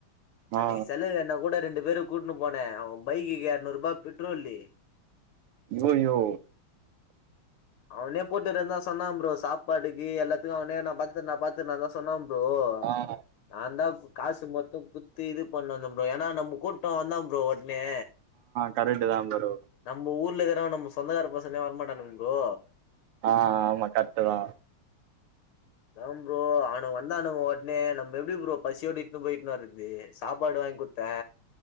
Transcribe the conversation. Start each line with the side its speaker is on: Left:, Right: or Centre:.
Left: அன்னைக்கு
Right: ஆ
Left: செலவு என்னா கூட ரெண்டு பேரு கூட்னு போனே அவ பைக்குக்கு யர்நூருபா பெட்ரோல்லு
Right: யோ யோ
Left: அவ்னே போட்டுறே தா சொன்னா ப்ரோ சாப்பாடுக்கு எல்லாத்துக்கு அவ்னே நா பாத்துக்குர் பாத்து நா தா சொன்ன ப்ரோ
Right: ஆவ்
Left: நான்தா கு காசு மொத்தோ குத்தி இது பண்ணோ அந்து ப்ரோ ஏன்னா நம்ப கூட்டோ அவந்தா ப்ரோ ஒட்னே
Right: கரட்டுதா ப்ரோ
Left: நம்ப ஊர்ல இருக்குறவ் நம்ப சொந்தக்கார பசனே வர்மாட்டானுங் ப்ரோ
Right: ஆ ஆமா கரெக்ட் தா
Left: தா ப்ரோ அவ்னு வந்தானுகோ வோட் ணே நம் எப்டி ப்ரோ பசியோட இட்னு போய்ட்னு வருது சாப்பாடு வாய் குத்தே